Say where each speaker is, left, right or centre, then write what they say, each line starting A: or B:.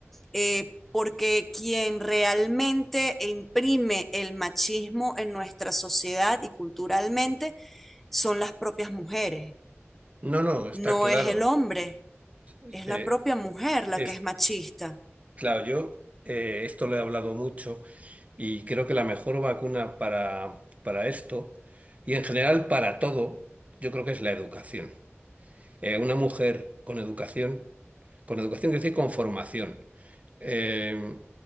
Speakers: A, in the centre; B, on the right.
A: Eh, porque quien realmente imprime el machismo en nuestra sociedad y culturalmente son las propias mujeres,
B: No, no, está
A: no
B: claro.
A: es el hombre,
B: Eh,
A: es la propia mujer la
B: es,
A: que es machista.
B: claro, yo eh, esto lo he hablado mucho y creo que la mejor vacuna para, para esto y en general para todo, yo creo que es la educación. eh, una mujer con educación, con educación quiere decir con formación, eh,